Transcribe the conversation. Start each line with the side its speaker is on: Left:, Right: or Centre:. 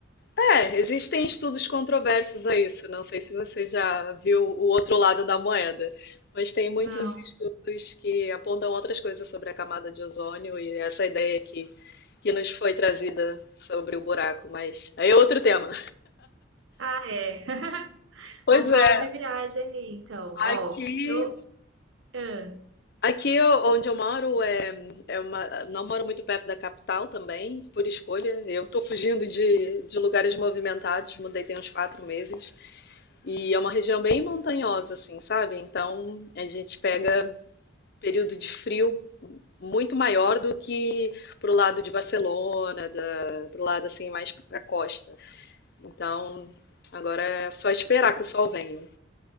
Left: É, existem estudos controversos a isso. Não sei se você já viu o outro lado da moeda, mas tem muitos
Right: Não.
Left: estudos que apontam outras coisas sobre a camada de ozônio e essa ideia que, que nos foi trazida sobre o buraco. Mas aí é outro tema.
Right: Ah, é. <laughs>
Left: Pois
Right: Vamos
Left: é,
Right: falar de viagem aí, então. Ó,
Left: aqui
Right: eu. ah,
Left: Aqui o- onde eu moro é, é uma, não moro muito perto da capital também, por escolha. Eu estou fugindo de, de lugares movimentados, mudei tem uns quatro meses. E é uma região bem montanhosa, assim, sabe? Então a gente pega período de frio muito maior do que pro lado de Barcelona, da, pro lado assim mais pra costa. Então agora é só esperar que o sol venha.